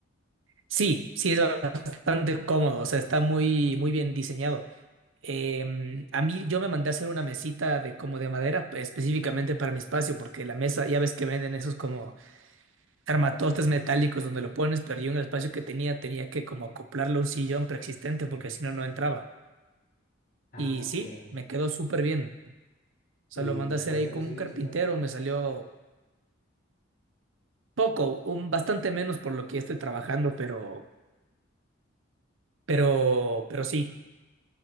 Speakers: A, on the right; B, on the left.
A: Sí, sí es bastante cómodo, o sea, está muy, muy bien diseñado. Em, a mí yo me mandé a hacer una mesita de como de madera pues, específicamente para mi espacio, porque la mesa, ya ves que venden esos como armatostes metálicos donde lo pones, pero yo en el espacio que tenía tenía que como acoplarlo a un sillón preexistente porque si no, no entraba.
B: Ah,
A: Y
B: ok.
A: sí, me quedó súper bien. O sea,
B: ¿Y
A: lo mandé a
B: todavía
A: hacer ahí
B: lo
A: con
B: sigues
A: un carpintero,
B: usando?
A: me salió poco, un, bastante menos por lo que estoy trabajando, pero, pero, pero sí,